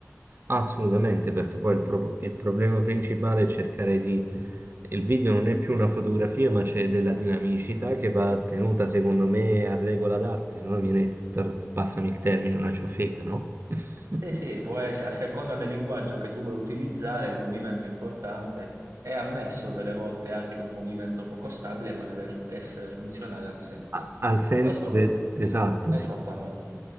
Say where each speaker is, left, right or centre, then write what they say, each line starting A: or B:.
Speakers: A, on the right; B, on the right.
A: Assolutamente, perché poi il, pro- il problema principale è cercare di... Il video non è più una fotografia, ma c'è della dinamicità che va tenuta, secondo me, a regola d'arte, se no viene, per- passami il termine, una ciofeca, no? <laughs>
B: Sì, sì, può essere, a seconda del linguaggio che tu vuoi utilizzare, il movimento è importante. È ammesso delle volte anche un movimento poco stabile, ma deve fu- essere funzionale al senso.
A: A- Al senso
B: Questo
A: de-
B: per...
A: esatto,
B: Esattamente.
A: sì.